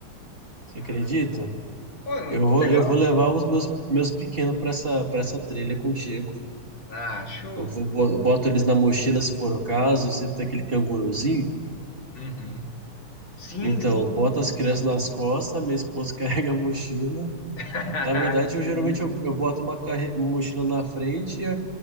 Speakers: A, on the right; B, on the left.
A: Você
B: Ah,
A: acredita?
B: pô,
A: Eu
B: que
A: vou,
B: legal.
A: eu vou levar os meus, meus pequenos para essa, para essa trilha contigo.
B: Ah, show.
A: Eu vou, bo- boto eles na mochila se for o caso, sempre tem aquele canguruzinho.
B: Uhum. Sim,
A: Então,
B: sim.
A: boto as crianças nas costas, minha esposa <laughs> carrega a mochila.
B: <laughs>
A: Na verdade, eu
B: Que
A: geralmente
B: isso.
A: eu, eu boto uma, carre- uma mochila na frente e a,